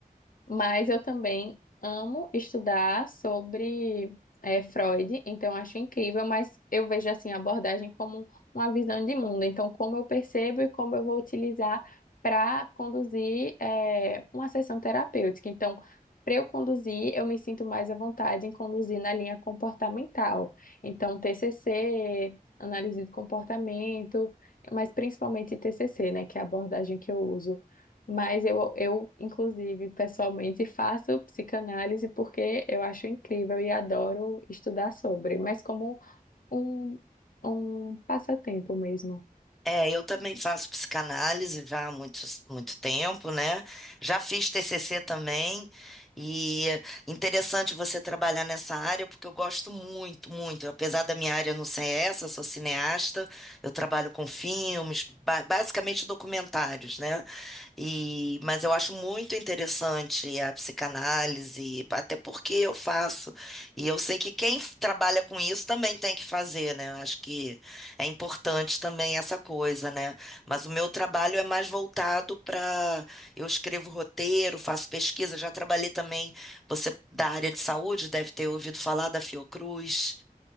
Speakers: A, on the left; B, in the centre.
A: Mas eu também amo estudar sobre eh, Freud, então acho incrível, mas eu vejo assim a abordagem como uma visão de mundo. Então, como eu percebo e como eu vou utilizar para conduzir eh, uma sessão terapêutica. Então, para eu conduzir, eu me sinto mais à vontade em conduzir na linha comportamental. Então, TCC, análise de comportamento, mas principalmente TCC, né, que é a abordagem que eu uso. Mas eu, eu, inclusive, pessoalmente faço psicanálise porque eu acho incrível e adoro estudar sobre, mas como um, um passatempo mesmo.
B: É, eu também faço psicanálise já há muito, muito tempo, né? Já fiz TCC também, e é interessante você trabalhar nessa área, porque eu gosto muito, muito. Apesar da minha área não ser essa, eu sou cineasta, eu trabalho com filmes, ba- basicamente documentários, né? E, mas eu acho muito interessante a psicanálise, até porque eu faço. E eu sei que quem f- trabalha com isso também tem que fazer, né? Eu acho que é importante também essa coisa, né? Mas o meu trabalho é mais voltado para. Eu escrevo roteiro, faço pesquisa, já trabalhei também. Você da área de saúde deve ter ouvido falar da Fiocruz.